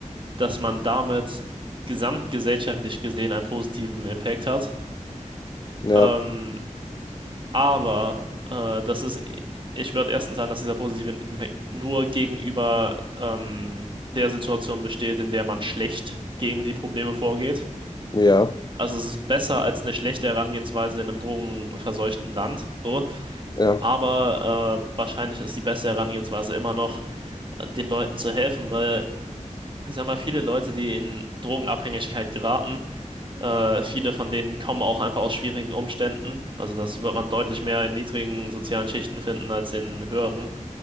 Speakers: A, on the right; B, on the left.
A: dass man damit gesamtgesellschaftlich gesehen einen positiven Impact hat.
B: Ja,
A: Ähm, Aber äh, das ist, ich würde erstens sagen, dass dieser positive Impact nur gegenüber ähm, der Situation besteht, in der man schlecht gegen die Probleme vorgeht.
B: ja,
A: Also es ist besser als eine schlechte Herangehensweise in einem drogenverseuchten Land, so.
B: ja.
A: Aber äh, wahrscheinlich ist die beste Herangehensweise immer noch, äh, den Leuten zu helfen, weil ich sag mal, viele Leute, die in Drogenabhängigkeit geraten, äh, viele von denen kommen auch einfach aus schwierigen Umständen. Also das wird man deutlich mehr in niedrigen sozialen Schichten finden als in höheren.